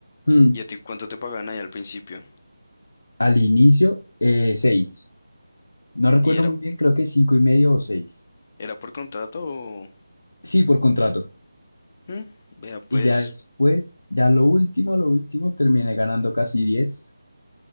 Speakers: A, on the left; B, on the left.
A: Hmm,
B: ¿Y a ti cuánto te pagaban ahí al principio?
A: Al inicio, eh, seis. No recuerdo
B: Y era,
A: muy
B: ok,
A: bien, creo que cinco y medio o seis.
B: ¿era por contrato o...?
A: Sí, por contrato.
B: ¿Mm? Vea pues,
A: Y ya después, ya lo último, lo último, terminé ganando casi diez.